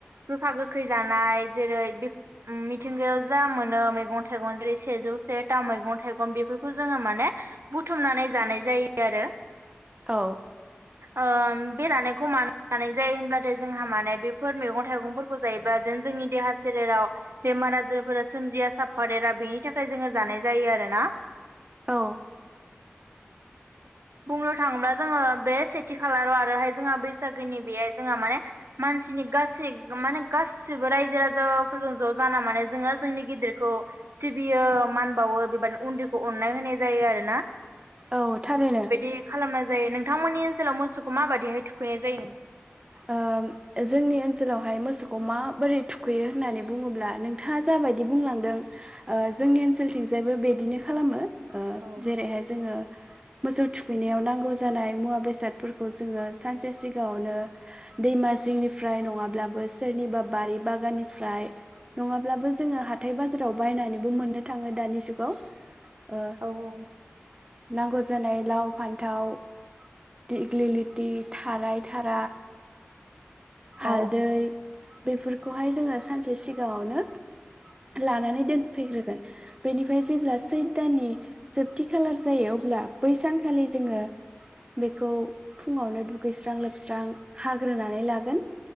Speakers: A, on the right (about 75°); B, on the right (about 25°).
A: गोखा गोखै जानाय जेरै मिथिंगायाव जा मोनो मैगं-थाइगं जेरै सेजौ सेता मैगं थाइगं बेफोरखौ जोङो माने बुथुमनानै जानाय जायो आरो
B: औ।
A: ओम बे जानायखौ मानो जानाय जायो होमब्लाथाय जोंहा माने बेफोर मैगं थाइगंफोरखौ जायोब्ला जेन जोंनि देहा सोलेराव बेमार आजारफोरा सोमजिया सापफादेरा बेनि थाखाय जोङो जानाय जायो आरोना।
B: औ।
A: बुंनो थाङोब्ला जोङो बे सेथि खालाराव आरोहाय जोंहा बैसागोनि बेहाय जोंहा माने मानसिनि गासै माने गासिबो रायजो राजाफोरजों ज' जाना माने जोङो जोंनि गिदिरखौ सिबियो मान बावो बेबादिनो उन्दैखौ अननाय होनाय जायो आरोना।
B: औ थारैनो
A: दि खालामनाय जायो नोंथांमोननि ओनसोलाव मोसौखौ माबाददिहाय थुखैनाय जायो नोंथां।
B: ओ जोंनि ओनसोलावहाय मोसौखौ माबोरै थुखैयो होननानै बुङोब्ला नोंथाङा जाबायदि बुंलांदों ओ जोंनि ओनसोलथिंजायबो बिदिनो खालामो। ओ
A: औ
B: जेरैहाय जोङो मोसौ थुखैनायाव नांगौ जानाय मुवा बेसादफोरखौ‌ जोङो सानसे सिगाङावनो दैमा जिंनिफ्राय नङाब्लाबो सोरनिबा बारि बागाननिफ्राय नङाब्लाबो जोङो हाथाय बाजाराव बायनानैबो मोननो थाङो दानि जुगाव। ओह
A: औ औ
B: नांगौ जानाय लाव फान्थाव दिग्लिलिथि थाराय थारा
A: औ
B: हालदै बेफोरखौहाय जोङो सानसे सिगाङावनो लानानै दोनफैग्रोगोन बेनिफ्राय जेब्ला सैद दाननि जोबथि खालार जायो अब्ला बै सानखालि जोङो बेखौ फुङावनो दुगैस्रां लोबस्रां। हाग्रोनानै लागोन।